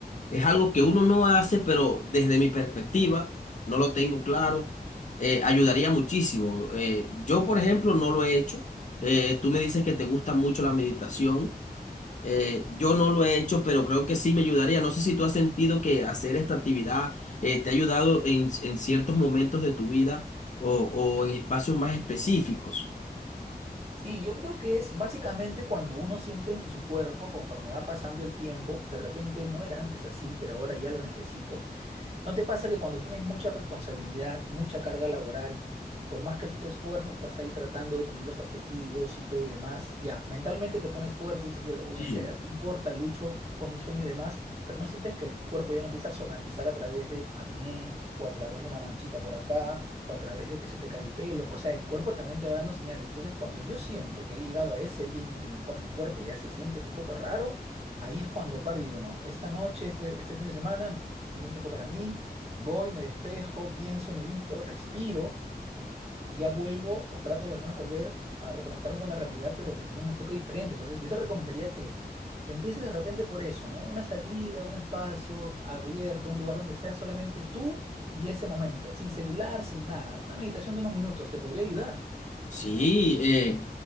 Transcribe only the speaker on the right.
Sí, yo creo que es básicamente cuando uno siente en su cuerpo, conforme va pasando el tiempo, de repente no era antes así, pero ahora ya lo necesito, ¿No te pasa que cuando tienes mucha responsabilidad, mucha carga laboral, por más que tú te esfuerzas, estás ahí tratando de cumplir los objetivos y todo y demás, ya, mentalmente te pones fuerte, dices yo lo voy
a hacer, no importa, lucho con mi sueño y demás, pero no sientes que el cuerpo ya no empieza a somatizar a través de acné o a través de una manchita por acá o a través de que se te cae el pelo, o sea, el cuerpo también te va dando señales. Entonces, cuando yo siento que he llegado a ese límite en el cual mi cuerpo ya se siente un poco raro, ahí es cuando paro y digo, no, esta noche, este, este fin de semana... me me doy un tiempo para mí, Voy, me despejo, pienso, medito, respiro y ya vuelvo o trato de al menos volver a reconectarme con la realidad, pero desde un enfoque diferente. Entonces, yo te recomendaría que empieces de repente por eso, ¿no? Una salida, un espacio abierto, un lugar donde seas solamente tú y ese momento, sin celular, sin nada. Una meditación de unos minutos te podría ayudar.